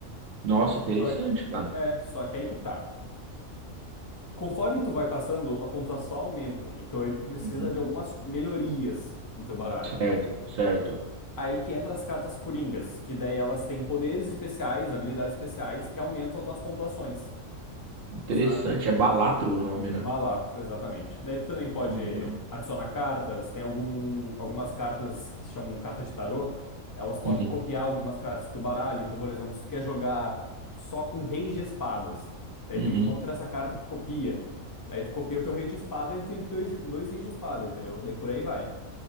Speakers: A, on the right; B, on the left.
A: Nossa, interessante,
B: Só,
A: cara.
B: é, só que aí que tá. Conforme tu vai passando, a pontuação aumenta. Então aí tu precisa
A: Uhum.
B: de algumas melhorias no teu baralho.
A: Certo, certo.
B: Aí que entra as cartas coringas, que daí elas têm poderes especiais, habilidades especiais que aumentam as tuas pontuações,
A: Interessante.
B: sabe?
A: É Balatro o nome, né?
B: Balatro, exatamente. Daí tu também pode
A: Pô, legal.
B: adicionar cartas, tem algum, algumas cartas que se chamam cartas de tarô, elas podem
A: Uhum,
B: copiar algumas cartas do teu baralho. Então, por exemplo, se tu quer jogar só com reis de espadas, daí
A: uhum.
B: tu encontra essa carta que copia. Daí tu copia o teu rei de espada e tu tem dois, dois reis de espada, entendeu? Daí por aí vai.